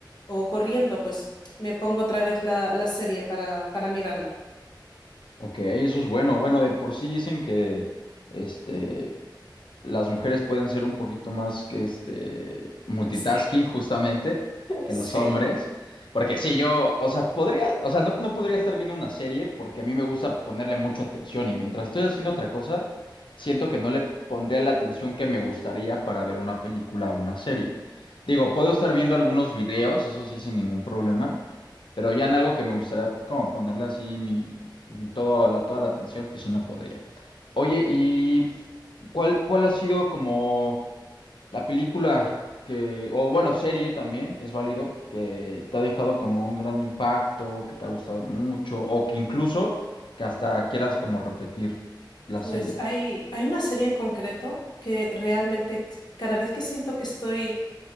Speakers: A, on the left; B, on the left.
A: o corriendo, pues me pongo otra vez la, la serie para, para mirarla.
B: ok, eso es bueno. Bueno, de por sí dicen que este, las mujeres pueden ser un poquito más que este multitasking
A: <laughs> Sí,
B: justamente que
A: sí.
B: los hombres. Porque sí, yo, o sea, podría, o sea, no, no podría estar viendo una serie porque a mí me gusta ponerle mucha atención y mientras estoy haciendo otra cosa, siento que no le pondría la atención que me gustaría para ver una película o una serie. Digo, puedo estar viendo algunos videos, eso sí, sin ningún problema, pero ya en algo que me gustaría como ponerle así mi, mi todo, la, toda la atención, pues sí no podría. Oye, y ¿Cuál, cuál ha sido como la película que, o bueno, serie también, es válido, que te ha dejado como un gran impacto, que te ha gustado mucho, o que incluso que hasta quieras como repetir la
A: Pues
B: serie?
A: hay, hay una serie en concreto que realmente cada vez que siento que estoy